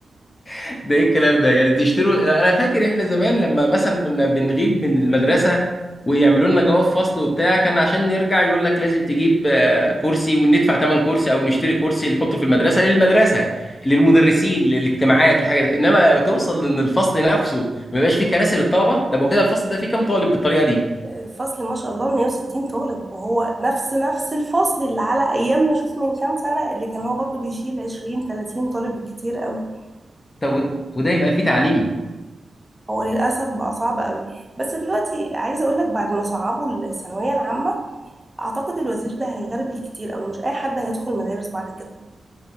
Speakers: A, on the left; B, on the right.
A: <laughs> ده ايه الكلام ده يعني تشتروا انا فاكر احنا زمان لما مثلا كنا بنغيب من المدرسه ويعملوا لنا جواب فصل وبتاع كان عشان نرجع يقول لك لازم تجيب آه، كرسي وندفع ثمن كرسي او نشتري كرسي نحطه في المدرسه للمدرسه للمدرسين للاجتماعات لحاجه زي- انما توصل ان الفصل نفسه ما يبقاش فيه كراسي للطلبه طب هو كده الفصل ده فيه كام طالب بالطريقه دي
B: الفصل ما شاء الله 160 طالب وهو نفس نفس الفصل اللي على ايامنا شوف من كام سنة اللي كان هو برضو بيشيل 20 30 طالب بالكتير قوي
A: طب وده يبقى فيه تعليم
B: هو للاسف بقى صعب قوي بس دلوقتي عايزة اقول لك بعد ما صعبوا الثانوية العامة اعتقد الوزير ده هيغرب الكتير قوي مش اي حد هيدخل مدارس بعد كده